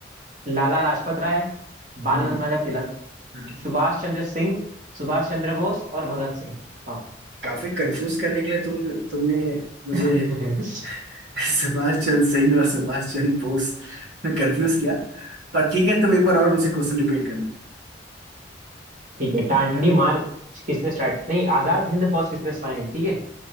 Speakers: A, on the right (about 45°); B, on the right (about 75°).
A: लाला लाजपत राय बाल
B: हम्म
A: गंगाधर
B: हम्म।
A: सुभाष चंद्र सिंह सुभाष चंद्र बोस और भगत सिंह आओ।
B: काफी कंफ्यूज करने के लिए तुम तुमने मुझे
A: <laughs>
B: <laughs> सुभाष चंद्र सिंह और सुभाष चंद्र बोस में कंफ्यूज किया पर ठीक है तुम एक बार और मुझे क्वेश्चन रिपीट करना
A: ठीक है डांडी मार्च किसने स्टार्ट नहीं आजाद हिंद फौज किसने बनाई थी ठीक है